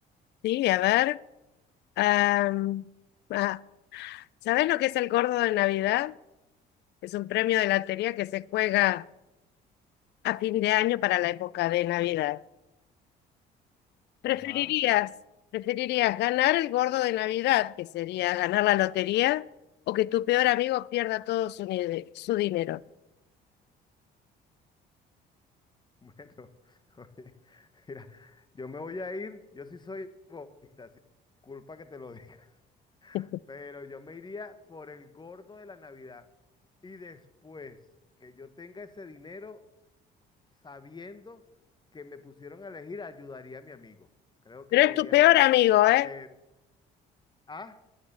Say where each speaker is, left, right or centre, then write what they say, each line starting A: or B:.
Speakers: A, on the left; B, on the left.
A: Sí, a ver. am, ah, ¿sabés lo que es el gordo de Navidad? Es un premio de lotería que se juega a fin de año para la época de Navidad. ¿Preferirías,
B: Ajá,
A: preferirías ganar el gordo de Navidad, que sería ganar la lotería, o que tu peor amigo pierda todo su, ni- su dinero?
B: bueno, <laughs> oye, mira, yo me voy a ir, yo sí soy egoísta, sí, culpa que te lo <laughs> diga,
A: <laughs>
B: pero yo me iría por el gordo de la Navidad. Y después que yo tenga ese dinero, sabiendo que me pusieron a elegir, ayudaría a mi amigo. Creo que
A: Pero
B: me
A: es
B: iría
A: tu peor
B: así.
A: amigo, ¿eh?
B: Pero, ah,